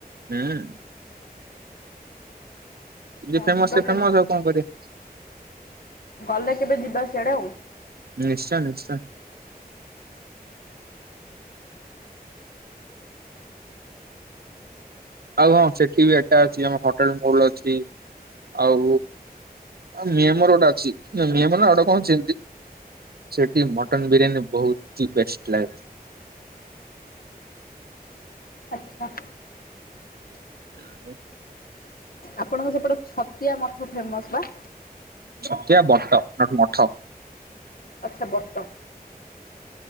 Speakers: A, on the right; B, on the left.
A: ହୁଁ। ଯେ
B: ହଁ
A: ଫେମସ
B: ଯିବା
A: ସେ ଫେମସ
B: କେବେ
A: ଆଉ କଣ କରିବା
B: ଗଲେ କେବେ ଯିବା ସିଆଡେ ଆଉ।
A: ନିଶ୍ଚୟ ନିଶ୍ଚୟ। ଆଉ ହଁ ସେଠି ବି ଏଟା ଅଛି ଆମ ହୋଟେଲ୍ ମୋହୁଲ ଅଛି। ଆଉ ମିଆମୋର ଗୋଟେ ଅଛି ମିଆମୋର ନା ଆଉଗୋଟେ କଣ୍ ଯେମି ସେଠି ମଟନ୍ ବିରିୟାନୀ ବହୁତ୍ ବେଷ୍ଟ୍ ଲାଗେ।
B: ଆଚ୍ଛା।
A: <unintelligible>
B: ଆପଣଙ୍କ ସେପଟେ ଛତିଆ ମଠ ଫେମସ୍ ବା?
A: ଛତିଆ ବଟ ନଟ୍ ମଠ।
B: ଆଚ୍ଛା ବଟ।